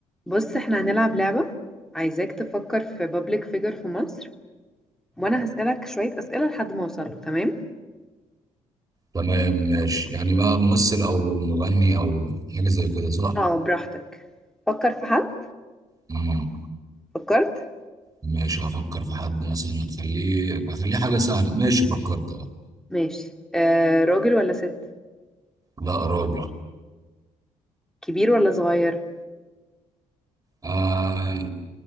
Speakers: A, in the centre; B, on the right.
A: بص احنا هنلعب لعبة عايزاك تفكر في بابليك فيجر في مصر وانا هسألك شوية اسئلة لحد ما اوصل له تمام
B: تمام ماشي يعني بقى ممثل او مغني او حاجه زي كده صح
A: اه براحتك فكر في حد
B: مم.
A: فكرت
B: ماشي هفكر في حد مثلا اخليه اخليه حاجه سهله ماشي فكرت اه
A: ماشي آه راجل ولا ست
B: لا راجل
A: كبير ولا صغير
B: آه